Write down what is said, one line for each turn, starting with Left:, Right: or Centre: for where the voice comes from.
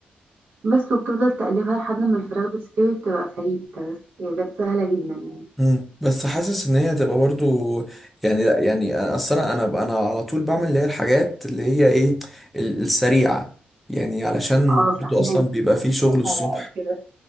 Right: بس وبتفضل تقلبها لحد ما الفراخ بتستوي بتبقى فاهيتا بس هي بجد سهلة جدا يعني
Centre: مم. بس حاسس ان هي هتبقى برضو يعني لا يعني اصل انا انا انا على طول بعمل اللي هي الحاجات اللي هي ايه ال- السريعة يعني علشان
Right: اه
Centre: برضو
Right: فاهمك
Centre: اصلا بيبقى فيه شغل
Right: بقى
Centre: الصبح
Right: وكده